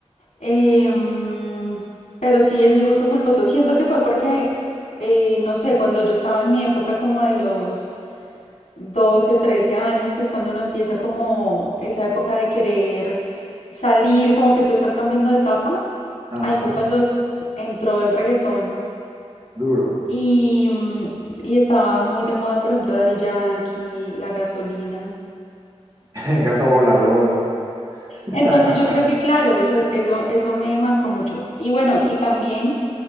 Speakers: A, on the left; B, on the right.
A: Eh, mm, pero sí es mi gusto culposo. Siento que fue porque, eh, no sé, cuando yo estaba en mi época como de los 12, 13 años, que es cuando uno empieza como esa época de querer salir, como que tú estás cambiando de etapa,
B: ajá,
A: ahí fue cuando s- entró el reggaetón.
B: duro.
A: Y, mm, y estaba muy de moda, por ejemplo, Daddy Yankee, la gasolina.
B: <laughs> El gato volador. <laughs>
A: Entonces yo creo que claro, eso, eso, eso me marcó mucho. Y bueno, y también